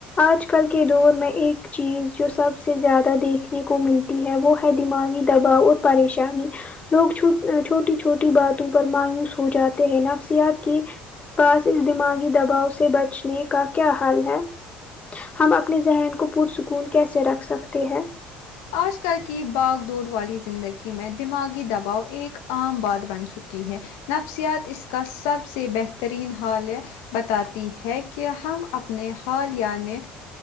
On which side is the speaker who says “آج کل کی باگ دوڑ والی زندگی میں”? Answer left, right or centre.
Left